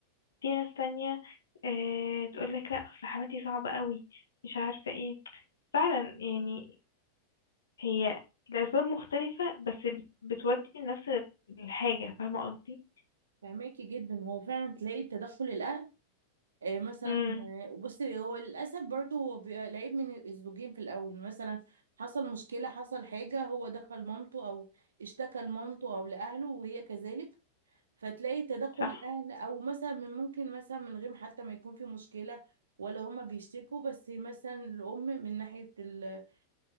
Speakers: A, on the left; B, on the right.
A: في ناس تانية آه تقول لك لا اصل حماتي صعبة قوي مش عارفة ايه فعلا يعني هي الأسباب مختلفة بس بت- بتودي لنفس الحاجة فاهمة قصدي؟
B: فهماكي جدا هو فعلا تلاقي تدخل الأهل آه مثلا
A: امم
B: آه، بصي هو للأسف برضه هو بيبقى العيب من الزوجين في الأول مثلا حصل مشكلة حصل حاجة هو دخل مامته أو اشتكى لمامته أو لأهله وهي كذلك فتلاقي تدخل
A: صح
B: الاهل او مثلا من ممكن مثلا من غير حتى ما يكون في مشكله ولا هما بيشتكوا بس مثلا الام من ناحيه الام